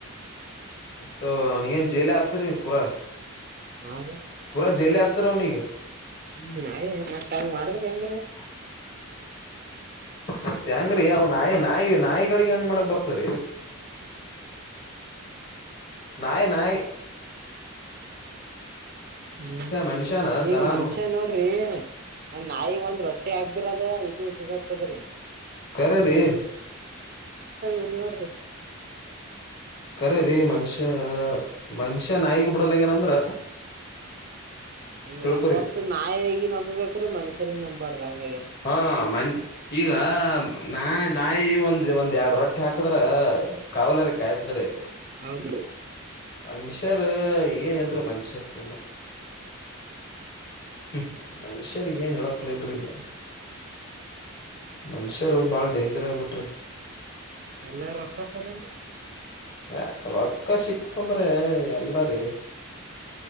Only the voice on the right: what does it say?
ಹಾ ರೀ
ಅಯ್
ಮತ್ ಹಂಗ್
ಮಾಡಿದ್ರ
ಹೆಂಗ್ರೀ
ಹ್ಮ್
ಈಗ
ಮನುಷ್ಯ ನೋಡ್ರಿ ನಾಯಿಗ್ ಒಂದ್ ರೊಟ್ಟಿ ಹಾದ್ರ್ರ ಇದುಟ್ಟಗತದ್ರೀ
ಇಲ್ ನೋಡ್ರಿ
ಈ
ಒಂದ್ ಹೊತ್ತು ನಾಯಿಗಿ ನಂಬಬೇಕ್ರಿ ಮನುಷ್ಯರಿ ನಂಬಾರ್ದ ಹಂಗಾಗ್ಯದ
ಹೌದ್ರೀ
ಎಲ್ಲು ರೊಕ್ಕ ಸಲ್ಲಿ